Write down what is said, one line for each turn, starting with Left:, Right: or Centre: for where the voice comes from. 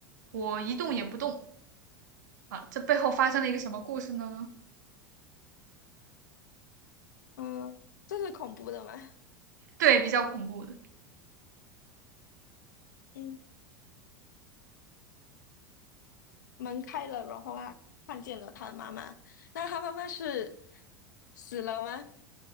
Right: 我一动也不动。啊，这背后发生了一个什么故事呢？
Left: 嗯，这是恐怖的吗？
Right: 对，比较恐怖的，
Left: 嗯，门开了，然后他看见了他的妈妈。那他妈妈是死了吗？